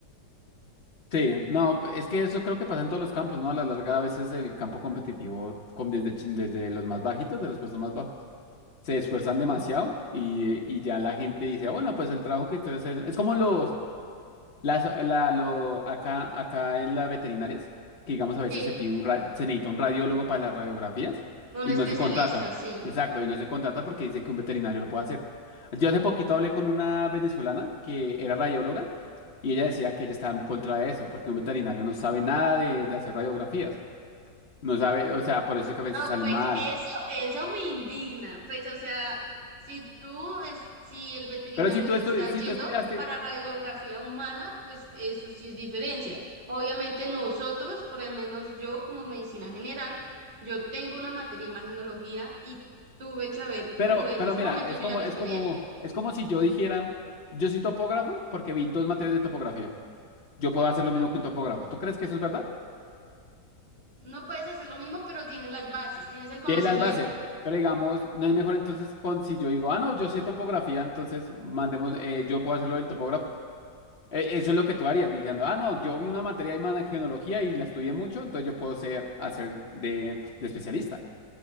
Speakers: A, on the left; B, on the right.
A: sí, no, es que eso creo que pasa en todos los campos, ¿no? A la larga, a veces el campo competitivo, con- desde, chi- desde los más bajitos, de los puestos más bajos, se esfuerzan demasiado y, y ya la gente dice, "Ah, bueno, pues el trabajo que ustedes hacen es como los, Las, la, lo, acá, acá en las veterinarias, que digamos a veces
B: Sí,
A: se pide un ra- se necesita un radiólogo para las radiografías
B: un
A: y
B: especialista,
A: no se contratan.
B: sí.
A: Exacto, y no se contrata porque dicen que un veterinario lo puede hacer. Yo hace poquito hablé con una venezolana que era radióloga y ella decía que ella estaba en contra de eso, porque un veterinario no sabe nada de, de hacer radiografías. No sabe, o sea, por eso es que a veces
B: No,
A: salen
B: pues
A: mal.
B: eso, eso me indigna. Pues, o sea, si tú, es- si el veterinario
A: Pero si tú,
B: se
A: estu-
B: está
A: si
B: yendo
A: tú estudiaste,
B: para radiografía humana, pues eso sí es diferencia. Obviamente nosotros, por lo menos yo como medicina general, yo tengo una materia imaginología y tuve que haber,
A: pero,
B: tuve, en
A: pero
B: ese
A: mira,
B: momento
A: es
B: yo
A: como,
B: ya lo
A: es
B: estudié.
A: como, es como si yo dijera, yo soy topógrafo porque vi dos materias de topografía. yo puedo hacer lo mismo que un topógrafo. ¿Tú crees que eso es verdad?
B: No puedes hacer lo mismo, pero tienes las bases, tienes el conocimiento.
A: Y él las va a hacer. Pero digamos, no es mejor entonces con, si yo digo, ah, no, yo sé topografía, entonces mandemos, eh, yo puedo hacerlo del topógrafo. Eh, eso es lo que tú harías, diciendo, ah, no, yo vi una materia de imagenología y la estudié mucho, entonces yo puedo ser, hacer de, de especialista.